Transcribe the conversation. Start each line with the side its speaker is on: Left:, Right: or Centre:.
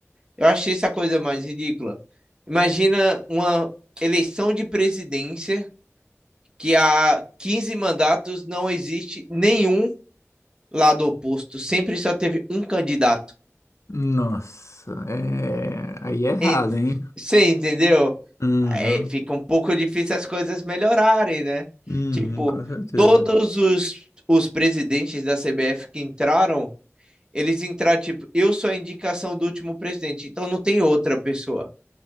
Right: eu achei essa coisa mais ridícula. Imagina uma eleição de presidência que há 15 mandatos não existe nenhum lado oposto, sempre só teve um candidato.
Left: Nossa, é... aí é errado,
Right: Ent-
Left: hein?
Right: Você entendeu?
Left: Uhum,
Right: É, fica um pouco difícil as coisas melhorarem, né?
Left: uhum,
Right: Tipo,
Left: com certeza.
Right: todos os, os presidentes da CBF que entraram, eles entraram, tipo, eu sou a indicação do último presidente, então não tem outra pessoa.